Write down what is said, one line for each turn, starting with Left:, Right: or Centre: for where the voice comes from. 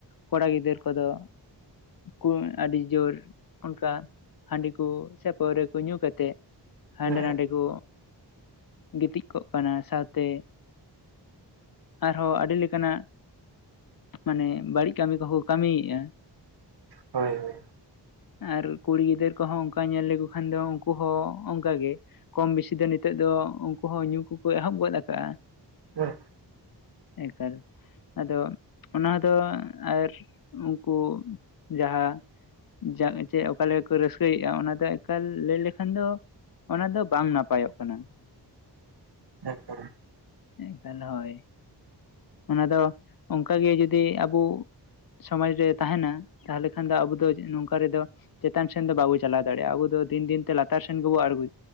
Left: ᱠᱚᱲᱟ ᱜᱤᱫᱟᱹᱨ ᱠᱚ ᱫᱚ ᱠᱩᱸ ᱟᱹᱰᱤ ᱡᱳᱨ ᱚᱱᱠᱟ ᱦᱟᱺᱰᱤ ᱠᱚ ᱥᱮ ᱯᱟᱹᱣᱨᱟᱹ ᱠᱚ ᱧᱩ ᱠᱟᱛᱮᱜ ᱦᱟᱸᱰᱮ
Right: ᱦᱮᱸ
Left: ᱱᱟᱰᱮ ᱠᱚ ᱜᱤᱛᱤᱡ ᱠᱚᱜ ᱠᱟᱱᱟ ᱥᱟᱶᱛᱮ ᱟᱨᱦᱚᱸ ᱟᱹᱰᱤ ᱞᱮᱠᱟᱱᱟᱜ ᱢᱟᱱᱮ ᱵᱟᱹᱲᱤᱡ ᱠᱟᱹᱢᱤ ᱠᱚ ᱦᱳᱠ ᱠᱟᱹᱢᱤᱮᱜᱼᱟ᱾
Right: ᱦᱳᱭ ᱦᱳᱭ
Left: ᱟᱨ ᱠᱩᱲᱤ ᱜᱤᱫᱟᱹᱨ ᱠᱚᱦᱚᱸ ᱚᱱᱠᱟ ᱧᱮᱞ ᱞᱮᱠᱚ ᱠᱷᱟᱱ ᱫᱚ ᱩᱱᱠᱩ ᱦᱚᱸ ᱚᱱᱠᱟ ᱜᱮ ᱠᱚᱢ ᱵᱮᱥᱤ ᱫᱚ ᱱᱤᱛᱚᱜ ᱫᱚ ᱩᱱᱠᱩ ᱦᱚᱸ ᱧᱩ ᱠᱚᱠᱚ ᱮᱦᱚᱵ ᱜᱚᱫ ᱟᱠᱟᱜᱼᱟ ᱾
Right: ᱦᱮᱸ
Left: ᱮᱠᱟᱞ ᱟᱫᱚ ᱚᱱᱟ ᱫᱚ ᱟᱨ ᱩᱱᱠᱩ ᱡᱟᱦᱟᱸ ᱡᱟᱜ ᱪᱮᱜ ᱚᱠᱟ ᱞᱟᱭ ᱠᱚ ᱨᱟᱹᱥᱠᱟᱹᱭᱮᱜᱼᱟ ᱚᱱᱟ ᱫᱚ ᱮᱠᱟᱞ ᱞᱟᱹᱭ ᱞᱮᱠᱷᱟᱱ ᱫᱚ ᱚᱱᱟ ᱫᱚ ᱵᱟᱝ ᱱᱟᱯᱟᱭᱚᱜ ᱠᱟᱱᱟ᱾
Right: ᱮᱠᱫᱚᱢ
Left: ᱮᱠᱟᱞ ᱦᱳᱭ ᱚᱱᱟ ᱫᱚ ᱚᱝᱠᱟ ᱜᱮ ᱡᱩᱫᱤ ᱟᱵᱩ ᱥᱚᱢᱟᱡ ᱨᱮ ᱛᱟᱦᱮᱱᱟ ᱛᱟᱦᱚᱞᱮ ᱠᱷᱟᱱ ᱫᱚ ᱟᱵᱚ ᱫᱚ ᱱᱚᱝᱠᱟ ᱨᱮᱫᱚ ᱪᱮᱛᱟᱱ ᱥᱮᱱ ᱫᱚ ᱵᱟᱵᱚ ᱪᱟᱞᱟᱣ ᱫᱟᱲᱮᱭᱟᱜᱼᱟ ᱟᱵᱚ ᱫᱚ ᱫᱤᱱ ᱫᱤᱱ ᱛᱮ ᱞᱟᱛᱟᱨ ᱥᱮᱱ ᱜᱮᱵᱚ ᱟᱬᱜᱚ